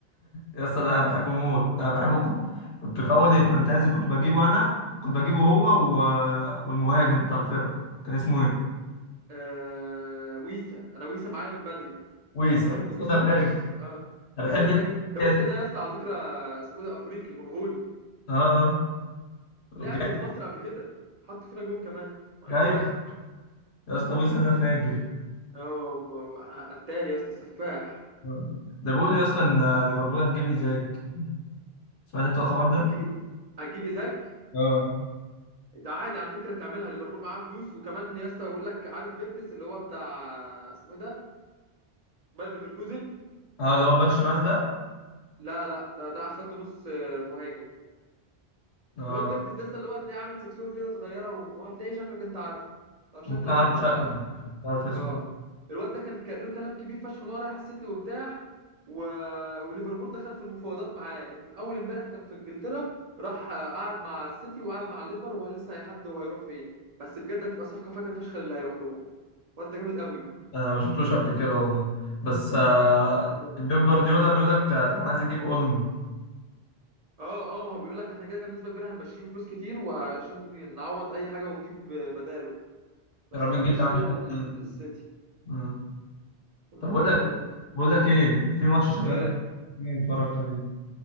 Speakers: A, on the left; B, on the right.
A: يا اسطى ده انا بحبه موت ده انا بحبه كنت كنت في اول الفانتازي كنت بجيبه انا كنت بجيبه هو و... والمهاجم بتاع الفرقه كان اسمه ايه؟
B: آه ويسا انا ويسا معايا من بدري
A: ويسا
B: بحب
A: ويسا
B: ويسا
A: ده
B: فشخ
A: فاجر
B: آه
A: انا
B: ويسا
A: بحب
B: فشخ
A: الشخصية
B: ده ويسا
A: دي.
B: ده يا اسطى على فكره اسمه ده افريقي كونغولي
A: اه اه
B: لعب
A: جامد.
B: ضد مصر قبل كده حط فينا جون كمان مع المنتخب
A: ايوه يا اسطى ويسا ده فاجر
B: اه م- قتال يا اسطى سفاح
A: آه. ده بيقول لي يا اسطى ان ليفربول هتجيب ايزاك سمعت انت الخبر ده؟
B: هتجيب إيه؟ هتجيب ايزاك
A: اه
B: ده عادي على فكره تعملها ليفربول معاها فلوس وكمان يا اسطى يقول لك عارف فيرتس اللي هو بتاع اسمه ده باير ليفركوزن
A: اه اللي هو الباك شمال ده
B: لا لا ده ده خدت نص مهاجم
A: اه
B: الواد فيرتس لسه اللي هو هتلاقيه عامل سكسوكه كده صغيره و- وهتلاقيه شكلك انت عارفه لو شكلا
A: ممكن اعرف
B: شفته
A: شكله
B: هتعرفه
A: مش عارف اسمه
B: اه الواد ده كان كان له كلام كبير فشخ ان هو رايح السيتي وبتاع و... وليفربول دخلت في المفاوضات معاه ام- اول امبارح كان في انجلترا راح آه، قعد مع السيتي وقعد مع الليفر وهو لسه هيحدد هو هيروح فين بس بجد هتبقى صفقه فجر فشخ اللي هيروح لهم الواد ده جامد قوي
A: انا ما شفتوش قبل كده والله بس آه،
B: كان نفسي يجي برشلونه
A: بيب جوارديولا بيقول لك آه، كان عايز يجيب اولمو
B: اه اه ما هو بيقول لك احنا كده كده بنسبه كبيره هنمشيه بفلوس كتير وعشان نعوض اي حاجه ونجيب بداله بس
A: يا رب
B: هنمشيه
A: نجيب يا عم
B: لل-
A: لاعب تاني.
B: للسيتي
A: آه. طب
B: محتاجين
A: بقول لك
B: فلوس
A: بقول لك ايه في ماتش شغال
B: ايه
A: تيجي نتفرج عليه